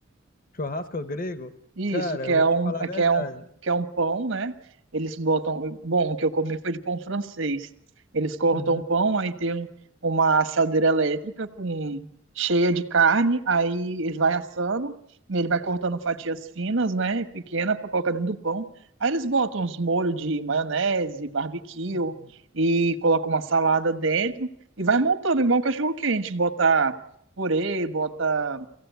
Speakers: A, on the left (about 45°); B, on the right (about 85°).
A: churrasco é grego,
B: Isso,
A: cara,
B: que
A: eu
B: é
A: vou te
B: um,
A: falar a verdade.
B: que é um, que é um pão, né? Eles botam. Bom, o que eu comi foi de pão francês. Eles cortam
A: Uhum.
B: o pão, aí tem um- uma assadeira elétrica com cheia de carne, aí eles vai assando, e ele vai cortando fatias finas, né? Pequena para colocar dentro do pão. Aí eles botam uns molhos de maionese, barbecue
A: Uhum.
B: e colocam uma salada dentro e vai montando igual um cachorro quente, bota purê, bota